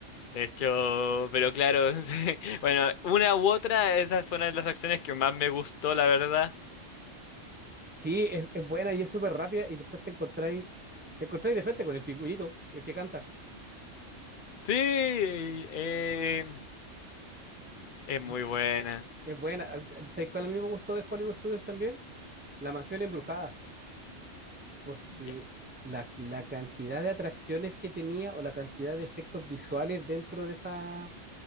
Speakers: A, on the left; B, on the right.
A: de hecho, pero claro. <laughs> sí. Bueno, una u otra, esa fue una de las atracciones que más me gustó, la verdad.
B: Sí, es, es buena y es súper rápida y después te encontráis, te encontráis de frente con el pingüinito, el que canta.
A: Sí, eh, es
B: Y
A: muy buena.
B: es buena. ¿Sabéis cuál a mí me gustó de Hollywood Studios también? La mansión embrujada. porque
A: Ya.
B: la, la cantidad de atracciones que tenía o la cantidad de efectos visuales dentro de esa,